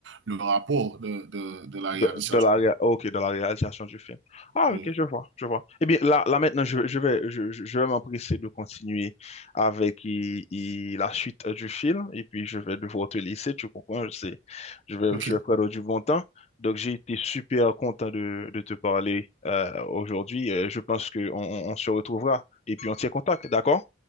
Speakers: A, on the right; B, on the left.
A: le rapport de, de, de la
B: De,
A: réalisation.
B: de la, réa- oh, ok, de la réalisation du film. Ah,
A: Oui.
B: ok, je vois, je vois. Eh bien, là, là maintenant, je, je vais, je, je je vais m'empresser de continuer avec i- i- la suite du film et puis je vais devoir te laisser, tu comprends, je sais. Je vais,
A: Ok,
B: je vais prendre du bon temps. Donc, j'ai été super content de, de te parler euh, aujourd'hui. Euh, Je pense qu'on on on se retrouvera et puis on tient contact, d'accord?